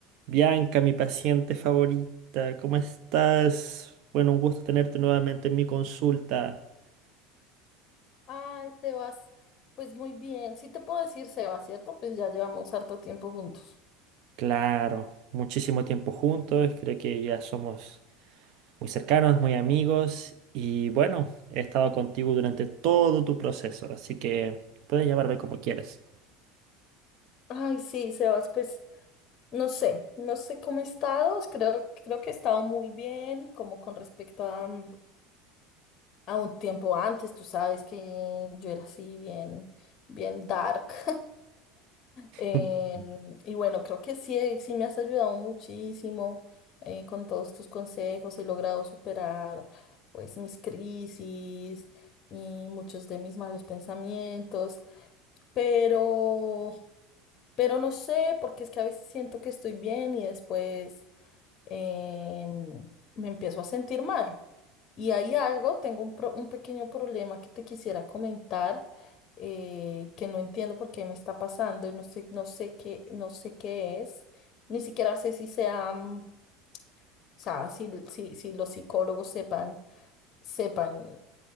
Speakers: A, on the right; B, on the left.
A: Bianca, mi paciente favorita, ¿cómo estás? Bueno, un gusto tenerte nuevamente en mi consulta.
B: Ay, Sebas, pues muy bien. Sí te puedo decir Sebas, ¿cierto? Pues ya llevamos harto tiempo juntos.
A: Claro, muchísimo tiempo juntos, creo que ya somos muy cercanos, muy amigos y bueno, he estado contigo durante todo tu proceso, así que puedes llamarme como quieres.
B: Ay, sí, Sebas, pues no sé, no sé cómo he estado. Creo, creo que he estado muy bien, como con respecto a, mm, a un tiempo antes. Tú sabes que yo era así bien, bien dark. Em,
A: <laughs>
B: y bueno, creo que sí, eh, sí me has ayudado muchísimo eh, con todos tus consejos. He logrado superar pues mis crisis y muchos de mis malos pensamientos, pero, pero no sé, porque es que a veces siento que estoy bien y después em, me empiezo a sentir mal. Y hay algo, tengo un, pro- un pequeño problema que te quisiera comentar, eh, que no entiendo por qué me está pasando, y no sé, no sé qué, no sé qué es, ni siquiera sé si sea, mm, o sea, si, si, si los psicólogos sepan, sepan